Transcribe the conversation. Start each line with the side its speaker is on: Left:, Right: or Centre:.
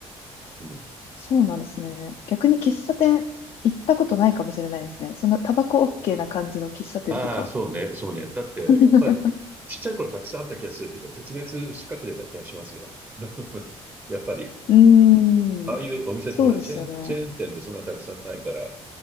Right: うん。
Left: そうなんですね。逆に喫茶店行ったことないかもしれないですね。そんなタバコ OK な感じの喫茶店とか。
Right: ああ、そうね、そうね。だって、
Left: <laughs>
Right: やっぱり、ちっちゃい頃たくさんあった気がするけど、絶滅しかけてた気がしますよ。<laughs> やっぱり、
Left: うーん。
Right: ああいうお店ってほら、
Left: そうですよね。
Right: チェーン、チェーン店ってそんなたくさんないから、